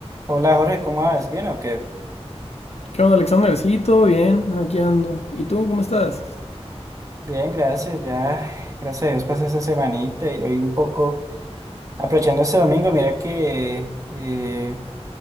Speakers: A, on the right; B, on the left.
A: Hola Jorge, ¿cómo vas? ¿Bien o qué?
B: ¿Qué onda, Alexander? Sí, todo bien, aquí ando. ¿Y tú, cómo estás?
A: Bien, gracias. Ya, gracias a Dios pasé esta semanita y hoy un poco aprovechando este domingo, mira que eh,